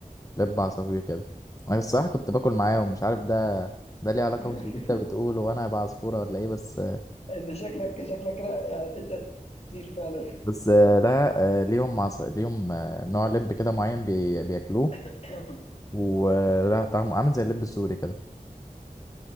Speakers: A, on the left (about 25°); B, on the left (about 45°).
A: لب عصافير كده أنا الصراحة كنت باكل معاهم مش عارف ده ده ليه علاقة
B: <laughs>
A: باللي أنت بتقوله وأنا هبقى عصفورة ولا إيه بس
B: انت شكلك شكلك كده يعني تبدا تطير فعلا
A: بس آه، لا آه، ليهم عص... ليهم آه، نوع لب كده معين بي... بياكلوه
B: <clears throat> اه
A: ولا طعمه عامل زي اللب السوري كده